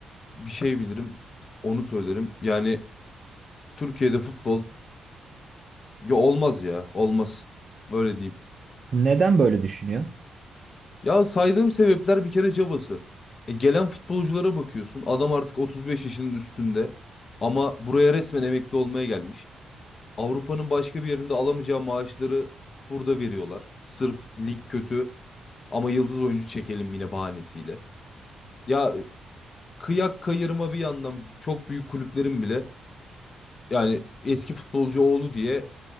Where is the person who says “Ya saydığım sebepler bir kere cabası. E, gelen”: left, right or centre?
Left